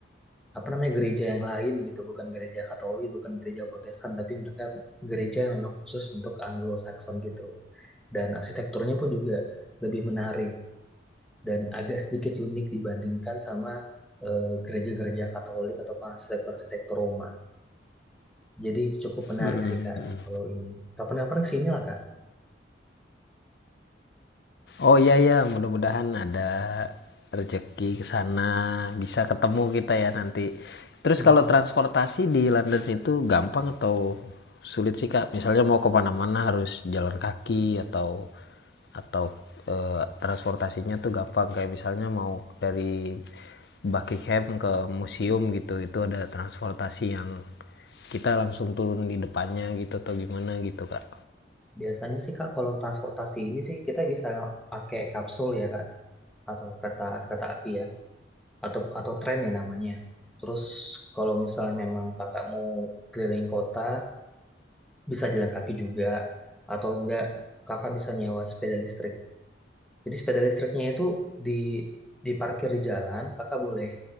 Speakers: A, in the centre; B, on the left.
A: apa namanya gereja yang lain gitu bukan gereja Katolik bukan gereja Protestan tapi mereka gereja yang memang khusus untuk Anglo-Saxon gitu dan arsitekturnya pun juga lebih menarik dan agak sedikit unik dibandingkan sama eh, gereja-gereja Katolik atau arsitektur-arsitektur Roma jadi cukup menarik
B: Mhm
A: sih Kak
B: mhm.
A: kalau ini kapan-kapan kesini lah Kak
B: Oh, iya ya, mudah-mudahan ada rezeki ke sana, bisa ketemu kita ya nanti. Terus
A: <laughs>
B: kalau transportasi di London itu gampang atau sulit sih, Kak? Misalnya mau ke mana-mana harus jalan kaki atau atau eee, transportasinya tuh gampang, kayak misalnya mau dari Buckingham ke museum gitu, itu ada transportasi yang kita langsung turun di depannya gitu atau gimana gitu, Kak?
A: Biasanya sih Kak, kalau transportasi ini sih kita bisa pakai kapsul ya Kak, atau kereta kereta api ya. atau atau tren ya namanya. Terus kalau misalnya memang kakak mau keliling kota, bisa jalan kaki juga atau enggak kakak bisa nyewa sepeda listrik. Jadi sepeda listriknya itu di diparkir di jalan, kakak boleh